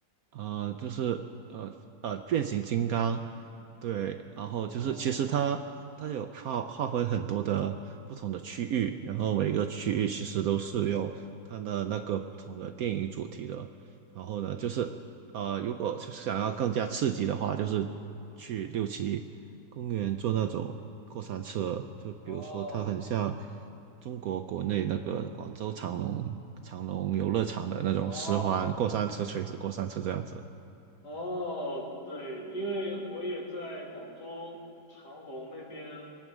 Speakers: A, on the right; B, on the left.
A: 呃，就是呃呃变形金刚。对，然后就是其实它它有划划分很多的不同的区域，
B: 哦
A: 然后每个区域其实都是有它的那个不同的电影主题的。然后呢，就是呃，如果就是想要更加刺激的话，就是去六旗公园坐那种过山车，就比如说它很像
B: 哦
A: 中国国内那个广州长隆长隆游乐场的那种十环过山车、
B: 哦，
A: 垂直过山车这样子。
B: 哦，对，因为我也在广州长隆那边，